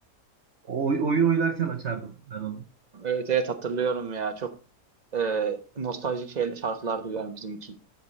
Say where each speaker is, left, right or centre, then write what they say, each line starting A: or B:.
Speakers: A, on the right; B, on the right.
A: O, oyun oynarken açardım ben onu.
B: evet evet hatırlıyorum ya. Çok e, nostaljik şeyler, şarkılar duyuyorum bizim için.